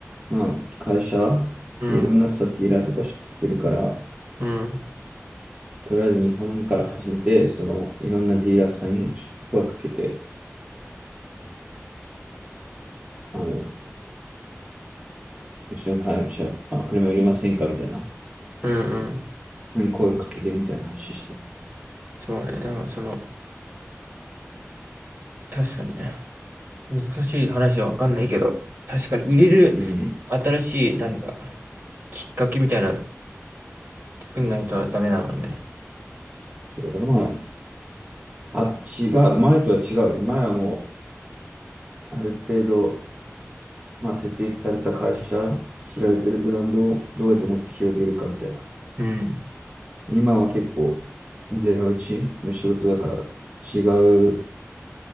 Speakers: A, on the right; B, on the right.
A: まあ、会社、
B: うん、
A: いろんなさ、ディーラーとか知ってるから、
B: うん、
A: とりあえず日本から始めて、その、いろんなディーラーさんにちょっと声かけて、あの、うちの会社、あ、車いりませんかみたいな、
B: うん、うん。
A: うん声かけてるみたいな話してる。
B: そうね。なんかその、確かにね、難しい話はわかんないけど、確かに売れる新しい、
A: うん。
B: なんだ、きっかけみたいなの作んないとダメなのね。
A: そうだからまあ、あっちが、前とは違うよね。前はもう、ある程度、まあ、設立された会社、知られてるブランドをどうやってもっと広げるかみたいな。
B: うん。
A: 今は結構ゼロイチの仕事だから違う